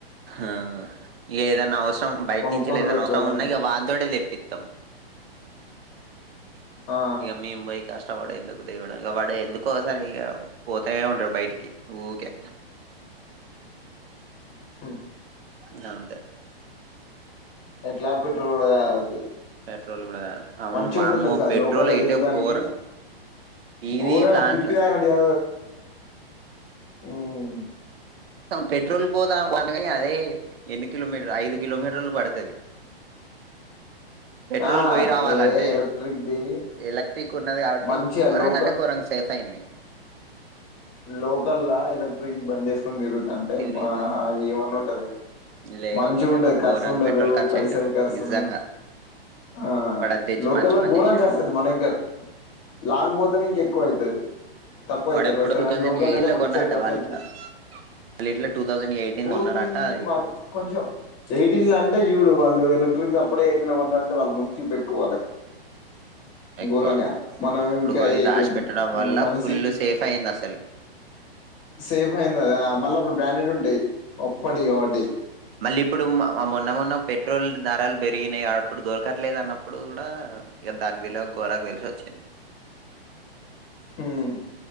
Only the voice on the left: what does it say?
కొనుక్కుండు
బెటర్
అదొకటి
ఆ
సార్
ఎట్లా పెట్రుడగా అది
మంచి
ఉంటది తెలుస అది
లోకల్ల్లో
తిగుటానికి
ఘోరంగా
పిప్పిదాయినట్టు <unintelligible> ఉమ్
ఆ
ఏ ఎలక్ట్రిక్ ది
మంచిగా
లోకల్
లోకల్ లా ఎలక్ట్రిక్ బండేస్ కొందిరు తిరుగ్ అంటే
ఏమన్నా ఉంటది
మంచి ఉంటది ఖర్చు
ఉండదు
పైసలు
ఖర్చు
ఉండ ఆ
లోకల్ల్
ఘోరం
కర్స్తుది మన ఇంకా లాంగ్ బోతేనే ఇంక ఎక్కువ అవుతుది తక్కువ
అయితే
పైసలు
కాని
లోకల్
అయితే
వచ్చాడు
కర్స
అవుతుంది
ఓరిని
వాళ్ళ కొంచెం ఎయిటీన్ లో అంటే చూడు వాళ్ళు గోడ్లపుడే ఉన్నంటే వాళ్ళు ముందు చూప ఎక్కువ వాళ్ళకి
బూరంగా మనం
ఇంకా
ఏ
టేమ్
మన
సేఫ్ అయిందిదా మళ్ళీ అప్పుడు బ్రాండెడ్ అంటే ఒప్పడి కాటే
ఉమ్